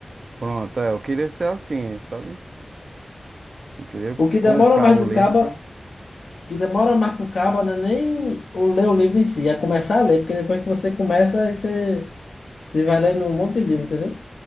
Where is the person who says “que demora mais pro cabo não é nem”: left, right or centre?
Left